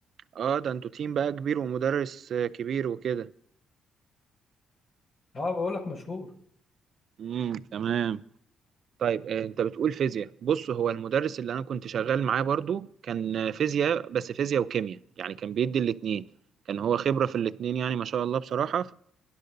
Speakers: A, on the right; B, on the left.
A: اه ده انتوا تيم بقى كبير ومدرس آه، كبير وكده
B: اه بقول لك مشهور
A: امم تمام طيب آه، انت بتقول فيزياء بص هو المدرس اللي انا كنت شغال معاه برضو كان آه، فيزياء بس فيزياء وكيمياء يعني كان بيدي الاتنين كان هو خبرة في الاتنين يعني ما شاء الله بصراحة